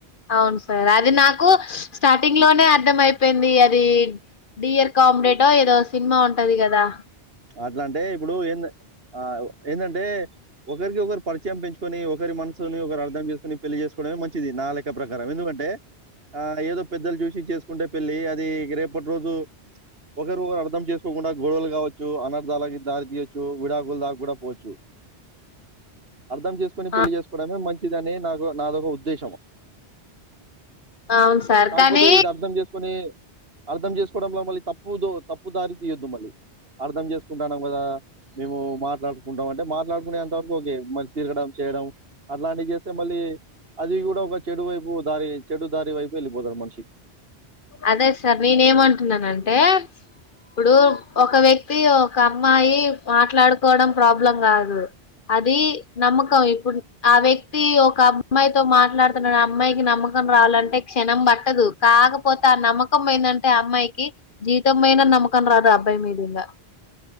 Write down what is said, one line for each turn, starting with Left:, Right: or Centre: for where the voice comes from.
Left: ఔన్ సార్ అది నాకు స్టార్టింగ్ లోనే అర్థమై పెంది అది డియర్ కామ్ రేటో ఏదో సిన్ మా ఉంటది గదా
Right: అట్లాంటే ఇప్పుడు ఎందన్ అహ్ ఎందంటే ఒకరికొకరు పరిచయం పెంచు కొని ఒకరి మనసుని ఒకరు అర్ధం చేసుకొని పెళ్ళి చేసుకోడమే మంచిది నా లెక్క ప్రకారం ఎందుకంటే ఆ ఏదో పెద్దలు చూసి చేసుకుంటే పెళ్ళి అది రేపట్ రోజు ఒకరు అర్ దమ్ చేస్ కోకుండా గొడవల్ గావోచ్ తు అనర్ దళ్ కి దారి తీయొచ్చు విడాకులు దాక్ కూడా పోవచ్చు అర్ దమ్ జెస్ కోని పెళ్లి
Left: ఆ
Right: చేసుకోవడమే మంచిదని నాకు నాదొక ఉద్దేశము
Left: అవును సార్
Right: కాకపోతే
Left: కానీ
Right: ఇది అర్ధం చేసుకొని అర్థం చేసుకోవడంలో మళ్ళీ తప్పుదో తప్పుదారి తీయొద్దు మళ్ళీ అర్ధం చేసుకుంటాన్నాం కదా మే మాట్లాడుకుంటాం అంటే మాట్లాడుకునే ఎంతవరకు ఒకే మళ్ళ తిరగడం చేయడం అట్లాంటివి చేస్తే మళ్ళీ అది కూడ ఒక చెడు వైపు దారి చెడు దారి వైపు వెళ్ళిపోతాడు మనిషికి
Left: అదే సార్ నేనే ఏమంటున్నానంటే ఇప్పుడు ఒక వ్యక్తి ఒక అమ్మాయి మాట్లాడుకోవడం ప్రాబ్లం కాదు అది నమ్మకం ఇప్పుడు ఆ వ్యక్ వ్యక్తి ఒక అమ్మాయితో మాట్లాడుతున్నాడు అమ్మాయికి నమ్మకం రావాలంటే క్షణం బట్టదు కాకపో కపోతే ఆ నమ్మకం పోయిందంటే అమ్మాయికి జీతంమైన నమ్మకం రాదు అబ్బాయి మీద ఇంగా